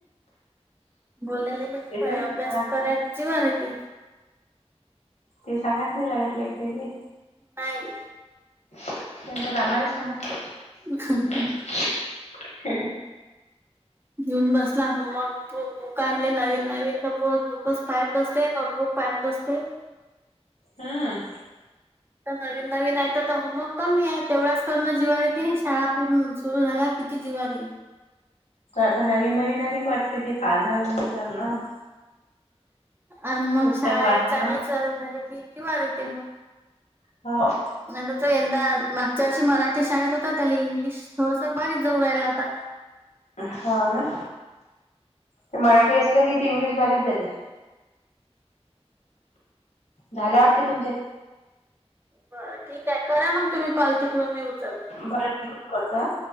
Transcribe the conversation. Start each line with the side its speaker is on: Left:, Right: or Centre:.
Right: बोलायला मिठोय
Left: ते थोडी सांगाय
Right: अभ्यास
Left: लागते
Right: करा जीवार येती.
Left: ते सांगाल नाही, लागत लेकरेले.
Right: नाही.
Left: <unintelligible> समस्ते.
Right: <unintelligible>
Left: ह
Right: येऊन बसला हो मग दु दुकान नवीन-नवीन <unintelligible> बुकच पाहयत बसते, नोटबुक पाहयत बसते.
Left: हम्म.
Right: नवीन नवीन आहे तर तर होमवर्क कमी आहे, तेवढंच करणं जिव्हा शाळा पूर्ण सुरू झाल्या. किती जवारी.
Left: आता नवीन नवीन अधिक वाटते, ते पाणं नाही करणं.
Right: आणि मंग
Left: पुस्तक
Right: शाळा
Left: वाचणं
Right: चांगली चालू झाली कि जिवार येते मंग.
Left: हाव
Right: आता तो यंदा मागच्या वर्षी मराठी शाळेत होता त्याला इंग्लिश थोडसा भारीच जऊ राहिला आता.
Left: हाव ना. ते मराठी असलं की ती इंग्लिश भारीत देते. झाला वाटते तुमच्या
Right: बरं ठीक आहे करा मग तुम्ही कॉल तिकडून उचल
Left: बरं मी कट करताय.